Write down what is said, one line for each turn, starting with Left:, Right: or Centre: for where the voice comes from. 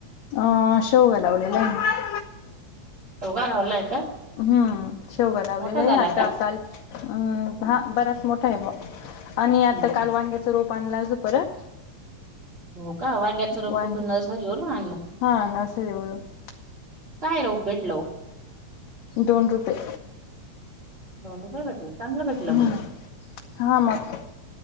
Left: अ शेवगा लावलेला आहे ना
Right: शेवगा लावलाय का?
Left: हां, शेवगा लावलेलाय,
Right: मोठा झाला
Left: आता
Right: का
Left: काल अ हा, बराच मोठा हाय बुवा आणि
Right: हम्म
Left: आता
Right: हम्म
Left: काल वांग्या रोप आणला अजून परत
Right: हो का, वाांग्याच रोप
Left: वांगे
Right: कुठून सरीवरन आणलं.
Left: हा नर्सरीवरून
Right: काय रोप भेटल ओ?
Left: दोन रुपये.
Right: दोन रुपये भेटलं. चांगलं भेटलं
Left: हम्म,
Right: मग
Left: हा मग